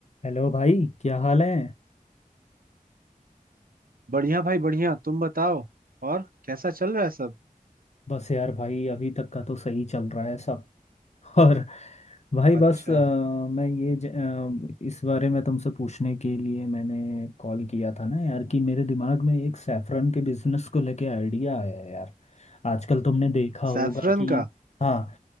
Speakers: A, on the left; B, on the right.
A: Hello भाई क्या हाल है
B: बढ़िया भाई बढ़िया तुम बताओ और कैसा चल रहा है सब
A: बस यार भाई अभी तक का तो सही चल रहा है सब और भाई बस
B: अच्छा
A: अ, मैं ये ज, अ, इस बारे में तुमसे पूछने के लिए मैंने कॉल किया था ना यार कि मेरे दिमाग में एक सैफरन के बिजनेस को लेके आइडिया आया है यार आजकल तुमने देखा होगा
B: सैफरन
A: कि
B: का
A: हाँ